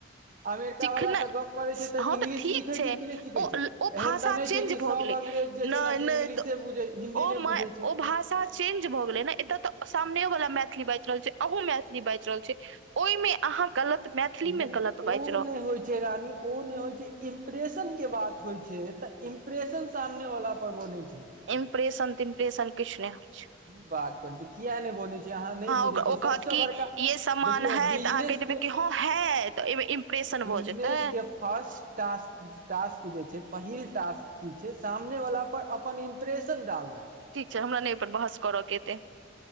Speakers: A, on the right (about 45°); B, on the right (about 70°).
A: अमेरिका
B: सिखनाइ
A: वाला से गप करे छै
B: हँ
A: इंग्लिश
B: तऽ ठीक
A: सीखे
B: छै
A: कि नहि सीखे
B: ओ
A: छै
B: ओ
A: एहन
B: भाषा
A: तऽ नहि
B: चेंज
A: छै कि
B: भऽ
A: सब
B: गेलै
A: अंग्रेज जे
B: नहि
A: छै ने से
B: नहि
A: इंग्लिशे
B: तऽ
A: बुझै हिन्दी
B: ओ
A: नहि बुझै छै
B: ओ भाषा चेंज भऽ गेले ने एतय तऽ सामनेो वाला मैथिली बाजि रहल छै अहू मैथिली बाजि रहल छै ओहिमे अहाँ गलत मैथिलीमे
A: नहि
B: गलत
A: ओ
B: बाजि
A: होइ छै रान ओ नहि होइ छै इम्प्रेशन के बात होइ छै तऽ इम्प्रेशन सामने वालला पर बनै छै
B: इम्प्रेशन तम्प्रेशन किछु नहि होइ छै
A: की बात करै छै कििया नहि बनै छै अहाँ नहि बुझे
B: ओक- ओ
A: छियै
B: कहत
A: सबस
B: कि
A: बड़का
B: ये सामान
A: देखियौ
B: है
A: बिजनेस
B: तऽ अहाँ कहि हँ
A: के
B: है तऽ एहिमे इम्प्रेशन
A: बिजनेस
B: भऽ जेतै
A: के फर्स्ट टास्क टास्क जे छै पहिल टास्क ठीक छै सामने वालला पर अपन इम्प्रेशन डालनाइ
B: ठीक छै हमरा नहिहिप पर बहस करय के एतै